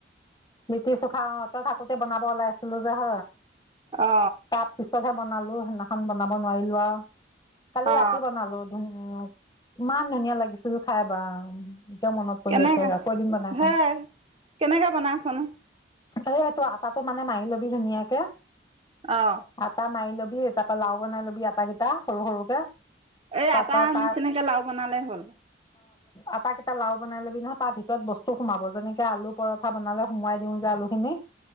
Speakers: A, on the left; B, on the right.
A: মিতি চুখা অ টা থাক তে বনাব ওলাই আছিলো যে হ
B: অ
A: তাৰ পিছতহে বনালো সেইদিনা খন বনা ব নোৱাৰিলোঁ আৰু কালি
B: অ
A: ৰাতি বনালো ধুন ইমান ধুনীয়া লাগিছিল খাই বা ক মনত পৰি
B: কেনেকে
A: আছে আ কৌ এ দিন বনাই
B: হে
A: খাম
B: কেনেকে বনাইছ নু
A: এই এইটো আটাটো মানে মাৰি লবি ধুনীয়াকে
B: অ
A: আটা মাই ল বি তাপা লাও বনাই ল'বি আটা কেইটা সৰু সৰুকে
B: এই
A: তাৰপা
B: আটা
A: তাৰ
B: নিচিনাকে লাও বনালে হ'ল
A: আটা কেইটা লাও বনাই লবি নয়য় তাৰ ভিতৰত বস্তু সোমাব যেনেকে আলু পৰঠা বনালে সোমোৱাই দিওঁ যে আলুখিনি